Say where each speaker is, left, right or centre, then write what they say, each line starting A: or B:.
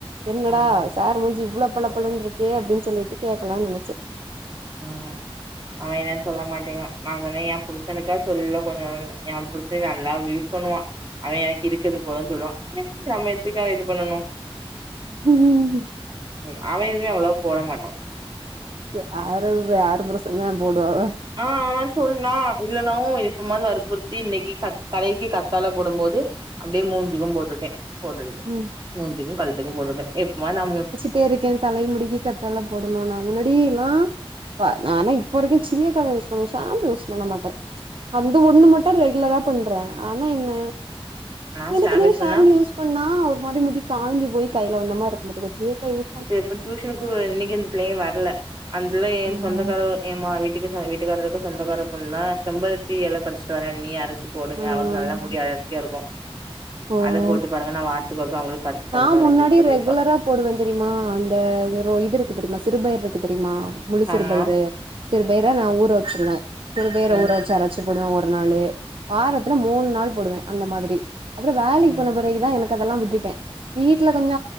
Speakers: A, on the right (about 60°); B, on the right (about 45°).
A: என்னடா
B: ஆமா
A: சார் மூஞ்சி இவ்ளோ பள பளன்ருக்கே அப்டின் சொல்லிட்டு கேக்கலானு நெனைச்ச
B: ம் அவ என்னன்னு சொல்ல மாட்டேங்கா நா சொன்னே என் புருசனுக்கா சொல்ல கொஞ்ச என் புருச நல்லா யூஸ் பண்ணுவா அவ எனக்கு இருக்கது போதுன்னு சொல்லுவா சேரி நம்ம என்னத்துக்கு அத இது பண்ணணு
A: ம்
B: ம் அவ எதுவுமே அவ்வளவா போட மாட்டா
A: யாரவு ஆறு ப்ரசண்ட் தா போடுவாக
B: ஆ சொன்னா இல்லன்னா இப்ப மாரி வற்புறுத்தி இன்னைக்கி கத் தலைக்கி கத்தால போடும் போது அப்டியே மூஞ்சுக்கூ போட்டுட்டே போட்டு
A: ம்
B: மூஞ்சுக்கூ கழுத்துக்கூ போட்டுட்டே எப்பமா நா
A: டே இருக்கே தலை முடிக்கி கத்தால போடணு நா முன்னடில்லா ப்பா நானா இப்ப வரைக்கூ சீயக்காவ யூஸ் பண்ணுவே ஷாம்பு யூஸ் பண்ண மாட்டே அந்த ஒண்ணு மட்டு ரெகுலரா பண்றே ஆனா என்ன
B: நா
A: எனக்கு
B: ஷாம்பேஸ்
A: என்ன‌
B: பண்ணா
A: ஷாம்பு யூஸ் இப்ப நா ஒரு மாரி முடி காஞ்சு போய் கைல வந்த மாரி இருக்கும் பாத்துக்க சீயக்காய் யூஸ்
B: ப டியூஷனுக்கு ஒரு இன்னைக்கி அந்த புள்ளைங்க வர்ல அந்த புள்ள என்
A: ம்
B: சொந்தக்காரவ ஏமா வீட்டுக்கு சேல வீட்டுக்காரருக்கு சொந்தக்கார பொண்ணா செம்பருத்தி எல பறிச்சுட்டு வரேண்ணியே அரைச்சு சு போடுங்க
A: ம்
B: அவளுக்கு நல்லா முடி அடர்த்தியா இருக்கும்
A: ஓ
B: அத போட்டு பாருங்க நா வாரத்துக்கு ஒருக்கா ஓங்களுக்கு பறிச்சுட்டு
A: நா
B: கொண்ட்டு வரேன்
A: முன்னாடி
B: சொல்லி சொல்லிருக்கு
A: ரெகுலரா போடுவேன் தெரியுமா அந்த இது இருக்கு தெரியுமா சிறுபயர் இருக்கு தெரியுமா முழு சிறு
B: ஆமா
A: பயிறு சிறு பயிர நா ஊற வச்சிருவே சிறு பயிர
B: ம்
A: ஊற வச்சு அரச்சு போடுவே ஒரு நாளு வாரத்துல மூணு நாள் போடுவே அந்த மாதிரி அப்புறம் வேலைக்கு
B: ம்
A: போன பிறகுதா எனக் கதெல்லா விட்டுட்டே வீட்ல கொஞ்ச